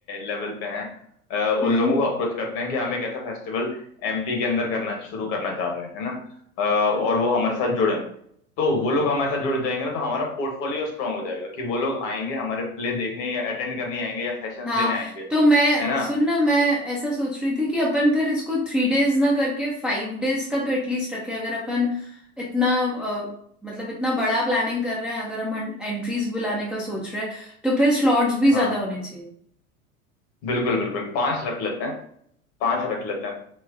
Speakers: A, on the left (about 45°); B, in the centre.
A: लेवल पे हैं अ,
B: हम्म
A: उन लोगों को अप्रोच करते हैं कि हम एक ऐसा फेस्टिवल एमपी के अंदर करना शुरू करना चाह रहे हैं है ना अ, और वो हमारे साथ जुड़े तो वो लोग हमारे साथ जुड़ जाएंगे ना तो हमारा पोर्टफोलियो स्ट्रांग हो जाएगा कि वो लोग आएंगे हमारे प्ले देखने या अटेंड करने आएंगे या सेशंस
B: हाँ
A: लेने आएंगे
B: तो मैं
A: है ना
B: सुन ना मैं ऐसा सोच रही थी कि अपन फिर इसको थ्री डेज ना करके फाइव डेज का तो एटलीस्ट रखें अगर अपन इतना अ, मतलब इतना बड़ा प्लानिंग कर रहे हैं अगर हम एंट्रीज बुलाने का सोच रहे हैं तो फिर स्लॉट्स भी
A: हाँ
B: ज्यादा होने चाहिए
A: बिल्कुल बिल्कुल पांच रख लेते हैं पांच रख लेते हैं